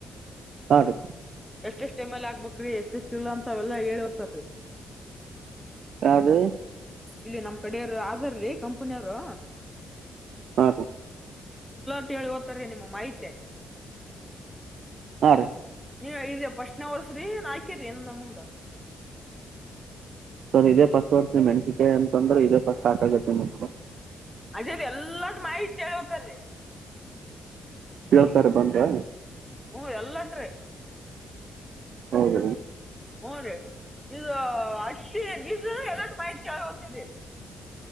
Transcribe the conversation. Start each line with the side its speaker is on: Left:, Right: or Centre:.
Right: ಹಾಗುತ್ತೆ
Centre: ಎಷ್ಟೆಷ್ಟ್ ಎಟಮ್ ಎಲ್ ಆಗ್ಬೇಕಕ್್ರಿ ಎಷ್ಟೆಷ್ಟ ಇಲ್ಲ ಅಂತ ಅವೆಲ್ಲಾ ಹೇಳತಾರೀ
Right: ಯಾರ
Centre: ಇಲ್ಲಿ ನಮ್ ಕಡೆಯರು ಅಾರ್ರೀ ಕಂಪನಿಯರು
Right: ಹಾ ರ
Centre: ುವತ್ತಗೆ ನಿಮ್ಮ ಮಾಹತಿ
Right: ಹಾ ರೀ
Centre: ನೀ ಇದ ಪಶನ ಅವರಸ್ರೀ ನಾಯ್ಕೇ ರೀ ಎಂದ ಮುಂದ
Right: ಸರ್ ಇದೇ ಫಸ್ಟ್ ಓಡ್ತನಿ ಮೆಣಸಿಕೆ ಅಂತಂದ್ರೆ ಇದೇ ಫಸ್ಟ್ ಹಾಕಗತ್ತತಿ ಮು
Centre: ಅಜೇದ ಎಲ್ಲಾು ಮಾಹಿತಿ ಹೇಳ್ ಹತಲ್ರಿ
Right: ಹೇಳ್ತಾರೆ ಬಂದ್ರ
Centre: ಹೂ ಎಲ್ಲನ್್ರರಿ
Right: ಹೌದ
Centre: ಹ ಅದ ಇದು ಅಷ್ಟಿ ಬಜ ಎಲ್ಲ ಮಾಹಿತಿ ಹತರಿ